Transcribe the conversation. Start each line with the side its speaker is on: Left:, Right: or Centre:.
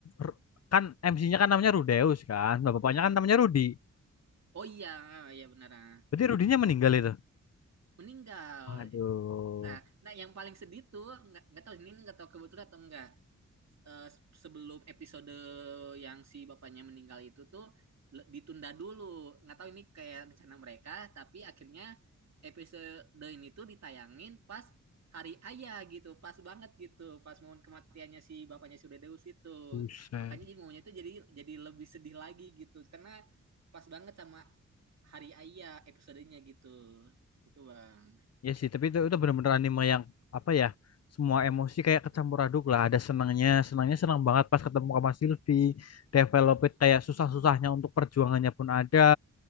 Left: r- kan MC-nya kan namanya Rudeus kan. Nah, bapaknya
Right: Heeh.
Left: kan namanya Rudi.
Right: Oh iya, iya benar. ah.
Left: Berarti Rudinya meninggal itu.
Right: Meninggal.
Left: Aduh.
Right: Nah, nah yang paling sedih tuh nggak nggak tahu ini nggak tahu kebetulan atau enggak. eh, sebelum episode yang si bapaknya meninggal itu tuh ditunda dulu. Nggak tahu ini kayak rencana mereka, tapi akhirnya episode ini tuh ditayangin pas hari ayah gitu, pas banget gitu, pas momen kematiannya si bapaknya Deus itu.
Left: Buset.
Right: Makanya jadi momennya itu jadi jadi lebih sedih lagi gitu, karena pas banget sama hari ayah episodenya gitu. Gitu, Bang.
Left: Ya sih, tapi itu itu benar-benar anime yang apa ya? Semua emosi kayak kecampur aduk lah. Ada senangnya, senangnya senang banget pas ketemu sama Sylvie. Develop kayak susah-susahnya untuk perjuangannya pun ada.